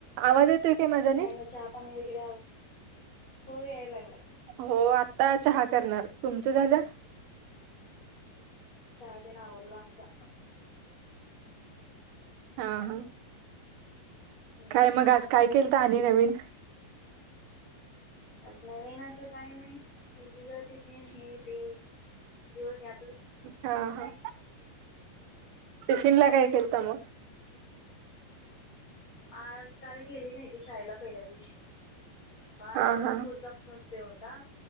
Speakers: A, on the right; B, on the left.
A: आवाज येतोय माझा
B: काय
A: नीट
B: मग चहा पाणी वगैरे हो याय लागला
A: हो आता चहा करणार तुमच झालं
B: तेन आवरला आमचा
A: हा हा
B: हम्म
A: काय मग आज काय केलं ली नवीन
B: आज नवीन असं काही नाही मुलगी ज टिफिन हे ते दिवस या
A: हा हा टिफिन ला काही
B: हम्म
A: केलता मग
B: आज काल गेली नाहीती शाळेला पहिल्या दिवशी मग आज
A: हा
B: तिचा
A: हा
B: स्कूलचा फर्स्ट डे होता